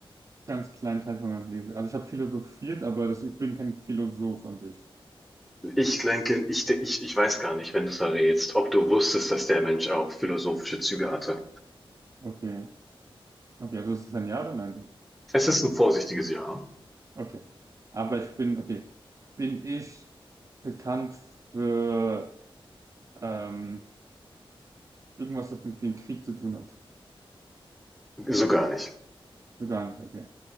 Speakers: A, on the right (about 35°); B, in the centre.
A: ganz kleinen Teil von meinem Leben. Also, ich habe philosophiert, aber das, ich bin kein Philosoph an sich.
B: Ich denke, ich ich ich weiß gar nicht, wenn du's errätst, ob du wusstest, dass der Mensch auch philosophische Züge hatte.
A: Okay. Okay, also, das ist ein Ja oder Nein?
B: Es ist ein vorsichtiges Ja,
A: Okay. Aber ich bin, okay. Bin ich bekannt für, ähm, irgendwas, das mit dem Krieg zu tun hat?
B: so gar nicht.
A: So gar nicht, okay.